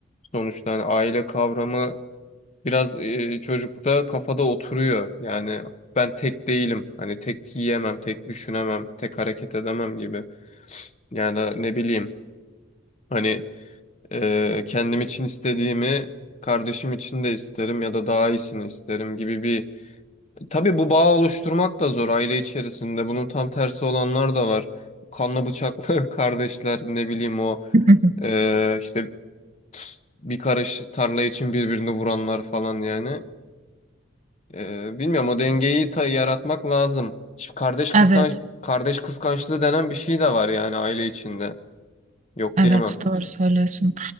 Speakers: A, on the left; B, on the right.
A: sonuçta hani aile kavramı biraz e, çocukta kafada oturuyor. Yani ben tek değilim. Hani tek yiyemem, tek düşünemem, tek hareket edemem gibi. Yani da ne bileyim hani e, kendim için istediğimi kardeşim için de isterim ya da daha iyisini isterim gibi bir... Tabii bu bağ oluşturmak da zor aile içerisinde. Bunun tam tersi olanlar da var. Kanlı bıçaklı <laughs> kardeşler ne bileyim o
B: <laughs>
A: e, işte bir karış tarla için birbirini vuranlar falan yani. Ee, bilmiyorum o dengeyi ta- yaratmak lazım. Şimdi kardeş kıskanç
B: Evet.
A: kardeş kıskançlığı denen bir şey de var yani aile içinde. Yok
B: Evet
A: diyemem.
B: doğru söylüyorsun.